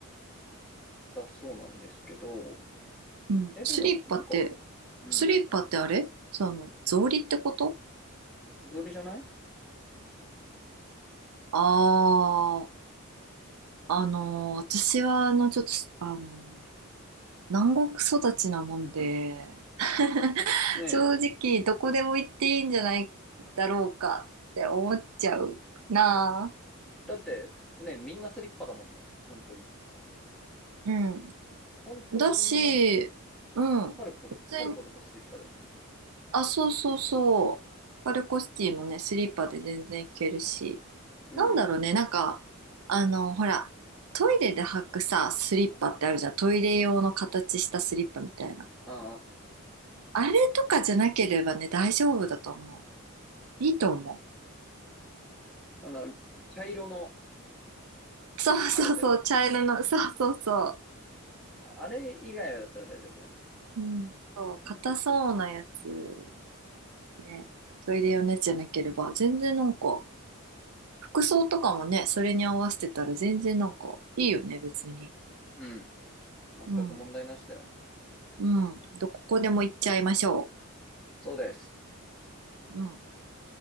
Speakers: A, in the centre; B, on the right.
A: だそうなんですけど。
B: うん。
A: え、
B: スリッパって、
A: でも、なんか、うん、
B: スリッパってあれその、草履ってこと
A: どれじゃない
B: あああのー私は、あの、ちょっと、あのー南国育ちなもんで、
A: <laughs>
B: <laughs>
A: ねえ。
B: 正直、どこでも行っていいんじゃないだろうかって思っちゃうなあ。
A: だって、ね、みんなスリッパだもんね。本当に。
B: うん。
A: 本当にみんな、
B: だし、うん。
A: パルコとか、
B: 別
A: パルコとかスリッパだよね。
B: あ、そうそうそう。パルコシティもね、スリッパで全然行けるし。
A: うん。
B: なんだろうね、なんか、あの、ほら、トイレで履くさ、スリッパってあるじゃん。トイレ用の形したスリッパみたいな。
A: あ
B: あれとかじゃなければね、大丈夫だと思う。いいと思
A: あ、あの、茶色の、
B: う。<laughs> そうそうそう、
A: あれでしょ
B: 茶色の、<laughs> そうそうそ
A: まあ、あれ以外だったら大丈夫だよね。
B: う。うん。そう、
A: うん。
B: 硬そうなやつ、ね。トイレ用のやつじゃなければ、全然なんか、服装とかもね、それに合わせてたら全然なんか、いいよね、別に。
A: うん。全く問題なしだよ。
B: うん。うん。どこでも行っちゃいましょ
A: そうです。
B: う。うん。